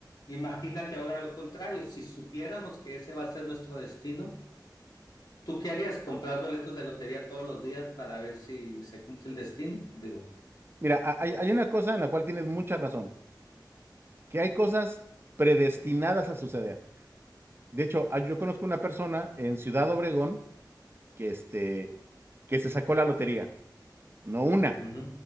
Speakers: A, on the left; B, on the right.
A: imagínate ahora lo contrario, si supiéramos que ese va a ser nuestro destino, ¿Tú qué harías? ¿Comprar boletos de lotería todos los días para ver si se cumple el destino? Digo,
B: Mira, ha- hay, hay una cosa en la cual tienes mucha razón, que hay cosas predestinadas a suceder. De hecho, ah, yo conozco una persona en Ciudad Obregón que, este, que se sacó la lotería, no una,
A: Ujú,